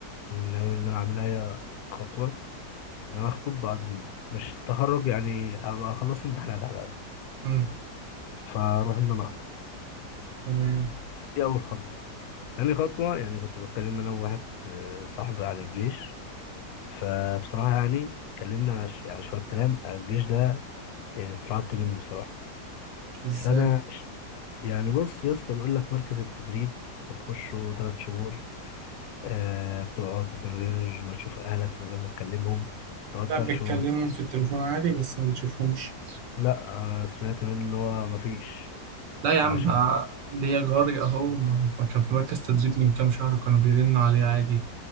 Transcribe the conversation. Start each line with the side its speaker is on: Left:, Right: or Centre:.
Left: ناوي ان انا اعملها هي خطوه ان انا اخطب بعد م- مش التخرج يعني ابقى خلصت امتحانات على الاقل
Right: امم
Left: فاروح ان انا اخطب
Right: تمام
Left: دي اول خطوه تاني خطوه يعني كنت بتكلم انا وواحد آه، صاحبي عن الجيش فبصراحه يعني اتكلمنا على ش- يعني شويه كلام الجيش ده آه، اترعبت منه بصراحه
Right: ازاي
Left: فانا يعني بص يا اسطى بيقول لك مركز التدريب انت بتخشه ثلاث شهور آه بتقعد من غير ما تشوف أهلك من غير ما تكلمهم تقعد
Right: لا
Left: تلات
Right: بتكلمهم
Left: شهور ما تس-
Right: في التليفون عادي بس ما بتشوفهمش
Left: لا أنا سمعت منه إن هو مفيش
Right: لا يا
Left: ده
Right: عم
Left: عشان
Right: آه، ليا جاري اهو ما ما كان في مركز تدريب من كام شهر كانوا بيرنوا عليه عادي